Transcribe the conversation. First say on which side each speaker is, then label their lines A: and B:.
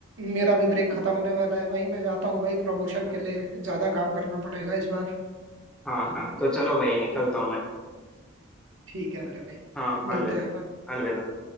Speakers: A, on the right; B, in the centre.
A: मेरा भी ब्रेक खत्म होने वाला है भाई मैं जाता हूँ भाई प्रमोशन
B: हाँ
A: के लिए ज्यादा काम करना पड़ेगा इस बार
B: हाँ हाँ, तो चलो भाई निकलता हूँ मैं
A: ठीक है मेरे भाई
B: हाँ अलविदा
A: मिलते हैं अपन
B: अलविदा